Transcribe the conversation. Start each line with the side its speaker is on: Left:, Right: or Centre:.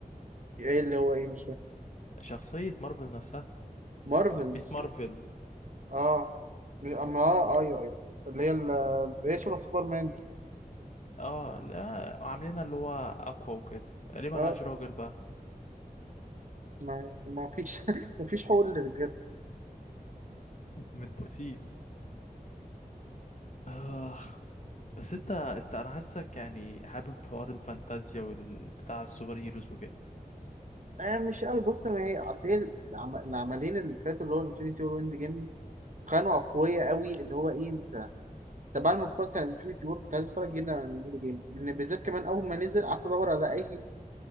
Right: ايه اللي هو ايه مش فاهم
Left: شخصية مارفل نفسها
Right: مارفل
Left: ميس
Right: نفسها
Left: مارفل
Right: اه اما اه ايوه ايوه اللي هي ال- اللي هي شبه سوبرمان دي
Left: اه لا عاملينها اللي هو اقوى وكده ليه ملهاش
Right: اه
Left: راجل بقى
Right: ما ما فيش <laughs> ما فيش حقوق للرجاله
Left: <laughs> متداسين آه بس انت انت انا حاسك يعني حابب حوار الفانتازيا والبتاع السوبر هيروز وكده
Right: آه مش قوي بص ما هي اصل هي العم- العملين اللي فاتوا اللي هو انفينيتي وور واند جيم كانوا اقوياء قوي اللي هو ايه انت انت بعد ما اتفرجت على انفينيتي وور كنت عايز اتفرج جدا على اند جيم لان بالذات كمان اول ما نزل قعدت ادور على اي